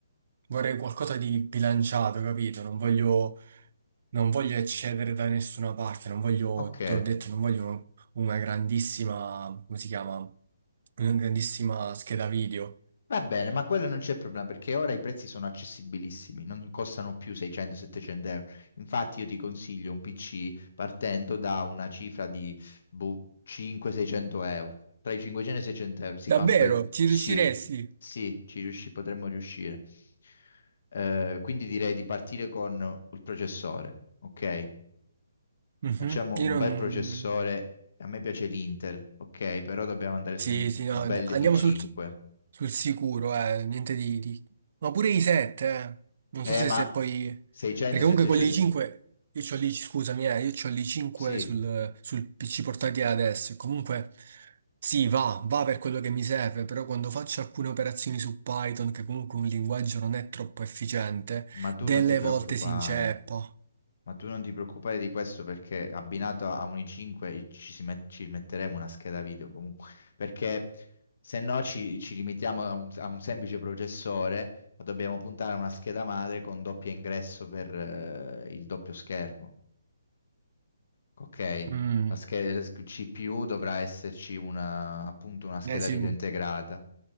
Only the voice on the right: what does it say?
vorrei qualcosa di bilanciato, capito? Non voglio... non voglio eccedere da nessuna parte, non voglio,
te l'ho detto, non voglio una grandissima, come si chiama? Una grandissima scheda video.
Davvero,
ci
riusciresti?
Mhm,
Io
non.
Sì,
sì, no,
and-
andiamo
sul, sul sicuro, eh, niente di, di- Ma pure i 7, eh. Non
so se,
se poi...
Perché
comunque con gli 5, io c'ho lì, scusami, eh, io c'ho lì 5
sul, sul PC portatile adesso, e comunque sì, va, va per quello che mi serve, però quando faccio alcune operazioni su Python, che comunque un linguaggio non è troppo efficiente,
delle
volte si inceppa.
Mm,
eh sì,